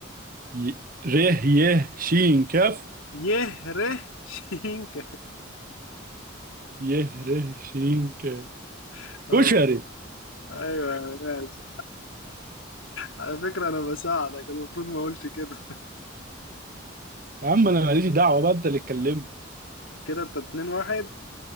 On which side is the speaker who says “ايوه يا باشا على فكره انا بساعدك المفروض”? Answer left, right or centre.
Left